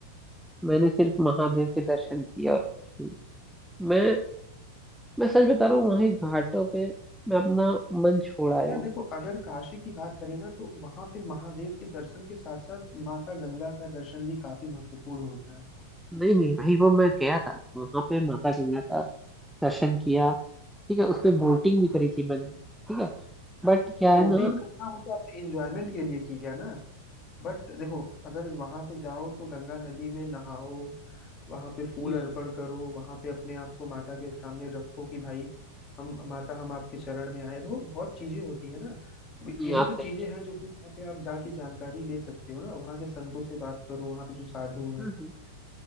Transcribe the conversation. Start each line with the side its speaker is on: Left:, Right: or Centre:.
Centre: मैंने सिर्फ महादेव के दर्शन किए और कुछ नहीं मैं मैं सच बता रहा हूँ वहां एक घाटों पे मैं अपना मन छोड़ आया
Left: यार
Centre: हूँ
Left: देखो अगर काशी की बात करें ना तो वहां पे महादेव के दर्शन के साथ साथ माता गंगा का दर्शन भी काफी महत्वपूर्ण होता है
Centre: नहीं नहीं भाई वो मैं गया था वहां पे माता गंगा का दर्शन किया ठीक है उस पे बोटिंग भी करी थी मैंने ठीक है बट क्या
Left: बोटिंग
Centre: है ना
Left: करना वो तो आपने एंजॉयमेंट के लिए किया ना बट देखो अगर वहां पे जाओ तो गंगा नदी में नहाओ वहां पे
Centre: हम्म,
Left: फूल अर्पण करो वहां पे अपने आप को माता के सामने रखो कि भाई हम माता हम आपके चरण में आए देखो बहुत चीजें होती है ना अब
Centre: नहीं
Left: यही
Centre: आप
Left: तो
Centre: सही
Left: चीजें
Centre: कह
Left: हैं जो कि वहां पे आप जाके जानकारी ले सकते हो ना वहां के संतों से बात करो वहां पे जो साधु हैं
Centre: हम्म, हम्म,